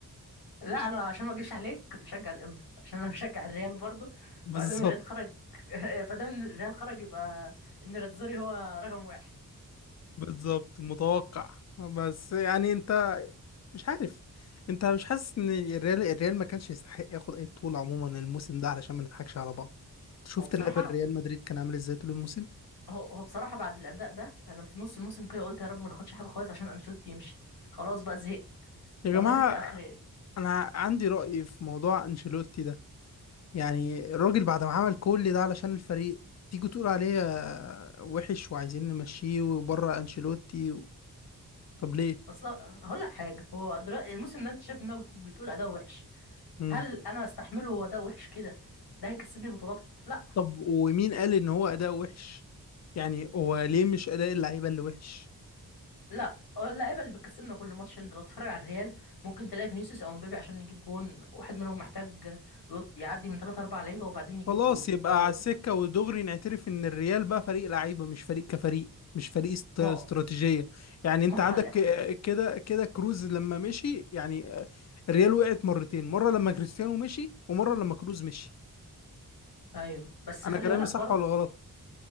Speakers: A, on the left; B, on the left.
A: لا انا عشان ما اجيبش عليك كنت اشجع الانتر عشان انا <laughs> بشجع الريال برضه
B: <laughs> بالظبط
A: فادام الريال خرج <laughs> فادام ان الريال خرج يبقى ان راتزوري هو رقم واحد
B: بالظبط متوقع بس يعني انت مش عارف انت مش حاسس ان الريال الريال ما كانش يستحق ياخد اي بطولة عموما الموسم ده علشان ما نضحكش على بعض شفت
A: هو بصراحة
B: لعب الريال مدريد كان عامل ازاي طول الموسم
A: هو هو بصراحة بعد الاداء ده انا في نص الموسم كده قلت يا رب ما ناخدش حاجة خالص عشان انشيلوتي يمشي خلاص بقى زهقت
B: يا
A: لو
B: جماعة
A: انا جبت اخر
B: انا عندي رأي في موضوع انشيلوتي ده يعني الراجل بعد ما عمل كل ده علشان الفريق تيجي تقول عليه آه، وحش وعايزين نمشيه وبره انشيلوتي و... طب ليه
A: اصل هقول لك حاجه هو دلوقتي الموسم ده انت شايف ان هو بت- بتقول اداء وحش
B: مم.
A: هل انا استحمله هو اداء وحش كده ده هيكسبني بطولات لا
B: طب ومين قال ان هو اداء وحش يعني هو ليه مش اداء اللعيبه اللي وحش
A: لا اللعيبه اللي بتكسبنا كل ماتش انت لو تتفرج على الريال ممكن تلاقي فينيسيوس او مبابي عشان يجيب جون واحد منهم محتاج يط- يعدي من 3 4 لعيبه وبعدين يجيب
B: خلاص
A: جون
B: يبقى
A: او
B: على السكه ودغري نعترف ان الريال بقى فريق لعيبه مش فريق كفريق مش فريق است... استراتيجيه
A: ما
B: يعني انت
A: ما هو
B: عندك ك-
A: حل
B: كده كده كروز لما مشي يعني آه، الريال وقعت مرتين مره لما كريستيانو مشي ومره لما كروز مشي
A: ايوه بس
B: انا
A: خلي
B: كلامي
A: بالك
B: صح
A: برضه
B: ولا غلط